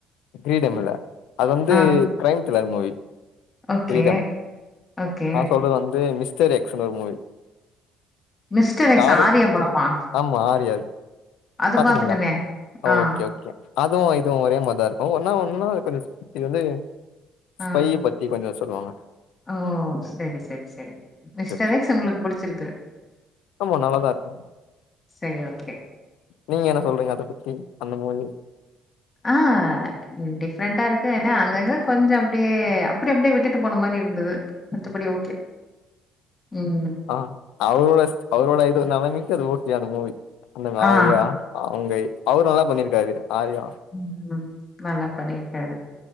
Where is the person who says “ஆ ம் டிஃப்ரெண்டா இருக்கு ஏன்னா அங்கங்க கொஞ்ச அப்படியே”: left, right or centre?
Left